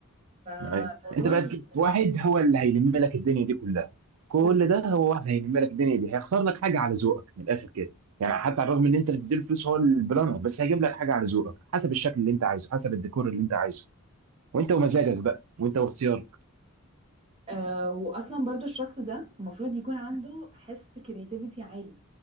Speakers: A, on the right; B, on the right.
A: فموضوع
B: ايوه انت بقى
A: ال-
B: تجيب واحد هو اللي هيلم لك الدنيا دي كلها كل
A: بالظبط
B: ده هو واحد هيلم لك الدنيا دي هيخسر لك حاجه على ذوقك من الاخر كده يعني حتى على الرغم ان انت اللي بتديله فلوس هو البلانر بس هيجيب لك حاجه على ذوقك حسب الشكل اللي انت عايزه حسب الديكور اللي انت عايزه وانت ومزاجك بقى وانت واختيارك
A: آه، وأصلا برضو الشخص ده المفروض يكون عنده حس كرياتيفيتي عالي